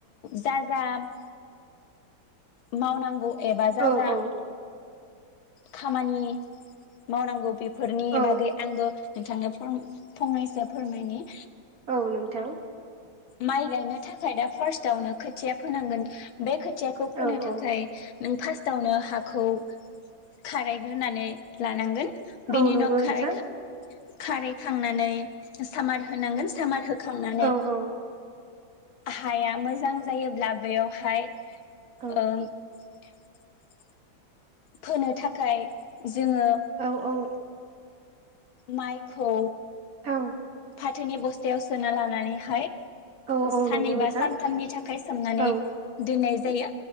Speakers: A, on the left (about 90°); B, on the right (about 45°).
A: दा जाम मावनांगौ एबा जा
B: औ
A: जा
B: औ
A: खामानि मावनांगौ बेफोरनि
B: औ
A: बागै आंबो नोंथांनो आं फंनैसो फोरमायनि
B: औ नोंथां
A: माइ गायनो थाखाय दा फार्स्टआवनो खोथिया फोनांगोन बे खोथ खोथियाखौ फोनो
B: औ
A: थाखाय
B: औ
A: नों फास्टवावनो हाखौ खारायग्रोनानै लानांगोन।
B: औ
A: बिनि
B: नंगौ
A: उनाव
B: नोंथां
A: खाराय खां खाराय। खांनानै सामार होनांगोन सामार हो खांनानै।
B: औ औ
A: हाया मोजां जायोब्ला बेयावहाय
B: औ
A: <unintelligible> <inaudible> फोनो थाखाय जोङो
B: औ औ।
A: माइखौ
B: औ
A: फाथोनि बस्थायाव सोना लानानैहाय
B: औ औ
A: साननै
B: नंगौ नोंथां
A: बा सानथामनि थाखाय सोमनानै
B: औ
A: दोननाय जायो।